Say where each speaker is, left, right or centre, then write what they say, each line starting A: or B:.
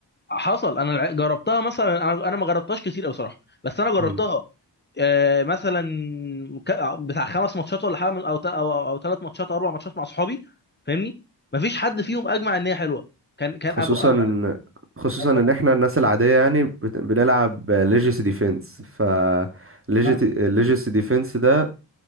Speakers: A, on the left; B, on the right.
A: حصل انا الع- جربتها مثلا انا انا ما جربتهاش كتير قوي بصراحه بس انا جربتها
B: مم.
A: آه، مثلا ك- بتاع خمس ماتشات ولا حاجه من- او تا- او او ثلاث ماتشات او اربع ماتشات مع صحابي فاهمني مفيش حد فيهم اجمع ان هي حلوه كان كان
B: خصوصا
A: أبو اولا
B: ان خصوصا
A: اولا
B: ان احنا الناس العادية يعني بت- بنلعب ليجيسي ديفنس ف ليجيسي
A: اه
B: ديفنس ده